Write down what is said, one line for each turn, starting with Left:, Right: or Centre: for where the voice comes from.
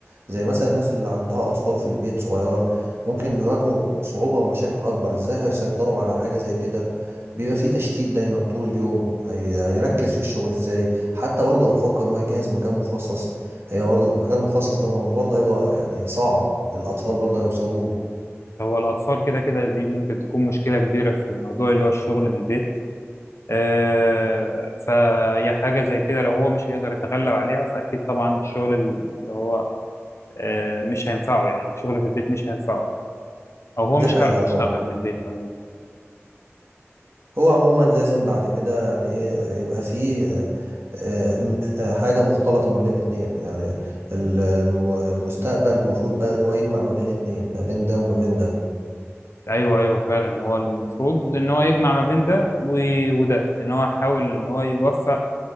Right: زي مثلا الناس اللي عندها أطفال في البيت صغيرة ممكن بيواجهوا صعوبة ومشاكل أكبر ازاي هيسيطروا على حاجة زي كده بيبقى في تشتيت دايما طول اليوم هي... هيركز في الشغل ازاي حتى برضو لو فكر ان هو يجهز مكان مخصص هي برضو المكان المخصص ده ما هو برضو هيبقى يعني صعب الأطفال برضو هيوصلوا له.
Left: هو الأطفال كده كده دي ممكن تكون مشكلة كبيرة في الموضوع اللي هو الشغل من البيت آه، فهي حاجة زي كده لو هو مش هيقدر يتغلب عليها فأكيد طبعا الشغل اللي هو آه، مش هينفعه يعني الشغل في البيت مش هينفعه أو هو
Right: دي
Left: مش
Right: حقيقة
Left: عارف
Right: طبعا
Left: يشتغل من البيت عموما
Right: هو عموما لازم بعد كده يعني ايه يبقى فيه آه، آه، م- آه، حاجة مختلطة ما بين الاتنين يعني ال- الم- المستقبل المفروض بقى ان هو يجمع ما بين الاتنين ما بين ده وما بين ده
Left: أيوه أيوه فعلا هو المفروض إن هو يجمع ما بين ده و- وده إن هو يحاول إن هو يوفق